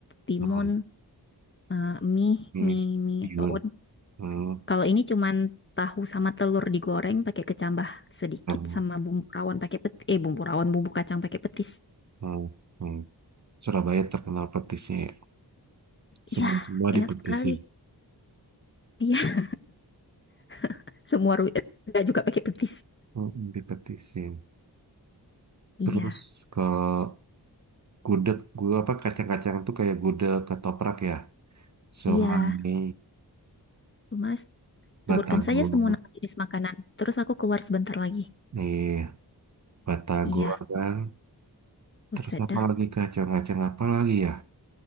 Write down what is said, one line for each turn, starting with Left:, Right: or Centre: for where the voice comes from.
Left: timun,
Right: hmm,
Left: eh, mie,
Right: mis,
Left: mie, mie
Right: bihun,
Left: soun.
Right: hmm,
Left: Kalau ini cuman tahu sama telur digoreng pakai kecambah sedikit
Right: hmm,
Left: sama bumbu rawon pakai peti, eh bumbu rawon, bumbu kacang pakai petis.
Right: hmm, hmm. Surabaya terkenal petisnya ya. Semua
Left: Iya,
Right: semua
Left: enak
Right: dipetisin,
Left: sekali. Iya, <laughs> semua ru- eh, juga pakai petis.
Right: hmm, dipetisin.
Left: Iya,
Right: Terus kalau gudeg, gua apa kacang-kacang itu kayak gudeg ketoprak ya. Somai,
Left: iya. Tuh, Mas.
Right: Batagor,
Left: Sebutkan saja semua nama jenis makanan. Terus aku keluar sebentar lagi.
Right: eh, Batagor
Left: Iya,
Right: kan.
Left: buset
Right: Terus apa
Left: dah.
Right: lagi kacang-kacang apa lagi ya?